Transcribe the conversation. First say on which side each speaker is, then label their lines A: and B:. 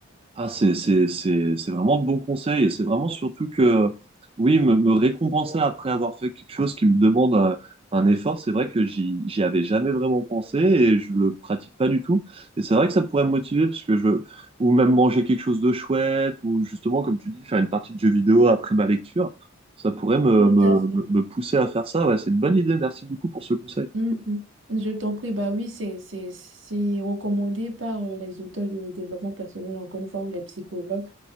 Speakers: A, on the right; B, on the right.
A: Ah, c'est, c'est, c'est, c'est vraiment de bons conseils et c'est vraiment surtout que, oui, me, me récompenser après avoir fait quelque chose qui me demande un, un effort, c'est vrai que j'y, j'y avais jamais vraiment pensé et je le pratique pas du tout. Et c'est vrai que ça pourrait me motiver parce que je, ou même manger quelque chose de chouette ou justement, comme tu dis, faire une partie de jeu vidéo après ma lecture, ça pourrait me,
B: Tout
A: me,
B: à fait.
A: me me pousser à faire ça. Ouais, c'est une bonne idée. Merci beaucoup pour ce conseil.
B: Mhm. Je t'en prie, bah oui, c'est c'est- c'est recommandé par euh, les auteurs de développement personnel, encore une fois, ou les psychologues.